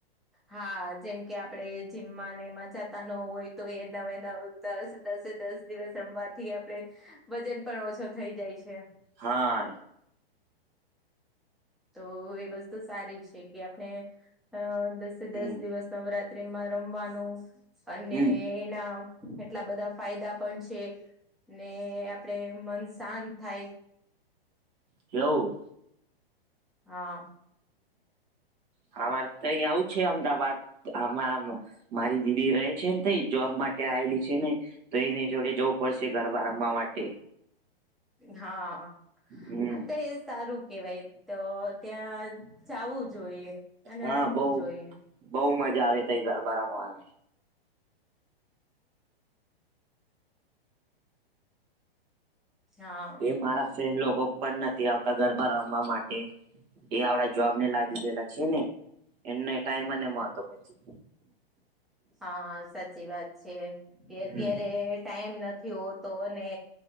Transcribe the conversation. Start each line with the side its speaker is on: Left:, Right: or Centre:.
Centre: હા જેમ કે આપડે જીમમાં ને એમાં જાતા ન હોય તો એ નવે નવું દસ દસે દસ દિવસ રમવાથી આપડે વજન પણ ઓછો થઈ જાય છે.
Right: હા
Centre: તો એ વસ્તુ સારી છે કે આપણે દસે દસ
Right: હમ
Centre: દિવસ નવરાત્રીમાં રમવાનું અને
Right: હમ
Centre: એના એટલા બધા ફાયદા પણ છે ને આપણે મન શાંત થાય
Right: કેવું
Centre: હા
Right: હા મારે તઈ આવું છે અમદાવાદ આમાં આમ મારી દીદી રહે છે ને થઈ જોબ માટે આવેલી છે ને તો એની જોડે જવું પડશે ગરબા રમવા માટે
Centre: હા
Right: હમ
Centre: હા તો એ સારું કેવાય તો ત્યાં જાવું જોઈએ અને
Right: હા
Centre: રમવું
Right: બઉ
Centre: જોઈએ
Right: બઉ મજા આવે તઈ ગરબા રમવા
Centre: હા
Right: એ મારા ફ્રેન્ડ લોકો પણ નથી આવતા ગરબા રમવા માટે એ આવડા જોબ ને લાગી ગયેલા છે ને એ ટાઈમ ની મળતો પછી
Centre: હા સાચી કે અત્યારે
Right: હમ
Centre: ટાઈમ નથી હોતો અને